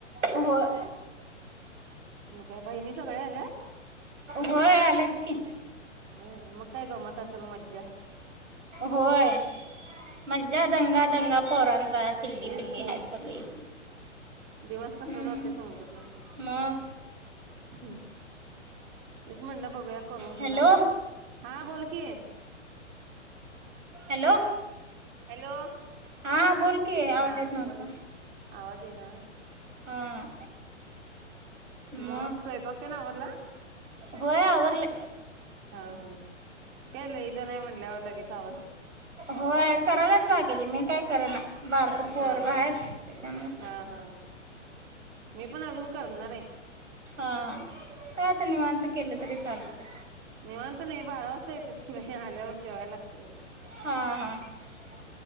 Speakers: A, on the right; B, on the right.
A: होय.
B: म काय बहिणी सगळ्या आल्यात
A: होय आल्यात की
B: होय मग काय गमत असेल मज्जा
A: होय मज्जा दंगा दंगा पोरांचा चिल्ली
B: तेच
A: पिल्ली
B: की
A: हाईत सगळी
B: दिवस कसा
A: हम्म.
B: जातोय समजत नसल हम्
A: मग
B: तेच म्हटल बघूयात करून
A: हॅलो
B: तुला तर हा बोल की
A: हॅलो
B: हॅलो
A: हां बोल की आवाज
B: हा
A: येत नव्हता
B: बोला आवाज येईना
A: हां
B: म
A: मग
B: स्वयंपाक तेन आवरंला
A: होय आवरलय
B: हा हा काय ल्यायच नाय म्हटल्यावरं लाग ह्याचा आवाज
A: होय करायलाच बाकीचे मी काय कर ना बारक पोरग
B: हा
A: हाय
B: हा
A: त्याच्यामुळं
B: हा हा मी पण अजून करणार रे
A: हा काय आता निवांत केलं तरी चालतय
B: निवांत नाही बारा वाजता येत्यात की हे आल्यावर जेवाय लागत लगीच
A: हा हा <inaudible>